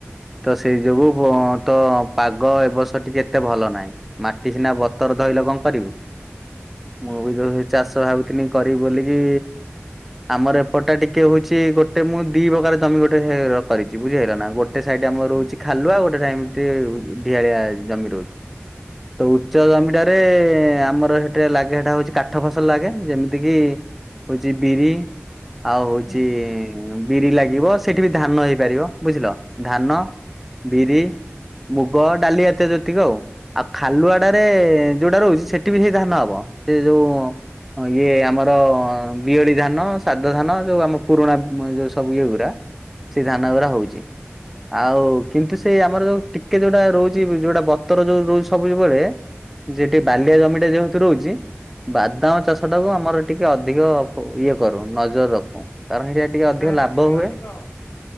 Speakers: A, on the left; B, in the centre.
A: ହୁଁ
B: ତ ସେଇ ଯୋଗୁ ତ ପାଗ ଏ ବର୍ଷ ଟିକେ ଏତେ ଭଲ ନାହିଁ। ମାଟି ସିନା ବତର ଧଇଲେ କଣ କରିବୁ। ମୁଁ
A: ହୁଁ ହୁଁ
B: ବି ଯୋଉ ଚାଷ ଭାବିଥିନି କରିବି ବୋଲିକି ଆମର ଏପଟ ଟା ଟିକେ ହଉଛି। ଗୋଟେ ମୁଁ ଦି ପ୍ରକାର ଜମି ଗୋଟେ କରିଛି। ବୁଝି ହେଲାନା ଗୋଟେ ଗୋଟେ ସାଇଡି ଆମର ରହୁଛି
A: ହୁଁ
B: ଖାଲୁଆ ଆଉ ଗୋଟେ ଟାଇମି ଟିକେ ଢିଆଳିଆ ଜମି ରହୁଛି। ତ
A: ଆଚ୍ଛା
B: ଉଚ୍ଚ ଜମିଟାରେ ଆମର ହେଠି ଲାଗେ ସେଇଟା ହଉଚି କାଠ ଫସଲ ଲାଗେ ଯେମିତି କିି ହଉଚି ବିରି ଆଉ ହଉଚି
A: ହୁଁ
B: ବିରି ଲାଗିବ ସେଠି ବି ଧାନ ହେଇପାରିବ ବୁଝିଲ। ଧାନ
A: ଆଚ୍ଛା
B: ବିରି
A: ହୁଁ
B: ମୁଗ ଡାଲି ଯାତିୟ ଯେତିକ ଆଉ। ଆଉ ଖାଲୁଆଟାରେ ଯୋଉଟା ରହୁଚି ସେଠି ବି ସେଇ ଧାନ ହବ ସେ ଯୋଉ ହଁ ଇଏ ଆମର ବିୟଳି ଧାନ ସାଧ ଧାନ ଯୋଉ ଆମର ପୁରୁଣା ଯୋଉ ସବୁ ଇଏ ଗୁରା। ସେ ଧାନଗୁରା
A: ହୁଁ
B: ହୋଉଚି। ଆଉ କିନ୍ତୁ ସେଇ ଆମର ଯୋଉ ଟିକେ ଯୋଉଟା ରହୁଛି ଯୋଉଟା ବତର ଯୋଉ ରହୁଛି ସବେଇ ବେଳେ ଜେଟେ
A: ହୁଁ।
B: ବାଲିଆ ଜମିଟା ଯେହେତୁ ରହୁଛି ବାଦାମ
A: ହୁଁ।
B: ଚାଷଟାକୁ ଆମର ଟିକେ ଅଧିକ ଇଏ କରୁ ନଜର ରଖୁ। କାରଣ ଏଇଟା ଟିକେ ଅଧିକ
A: ପ୍ରାୟୋରିଟି
B: ଲାଭ
A: ଟିକେ
B: ହୁଏ।
A: ଅଧିକ ଆଉ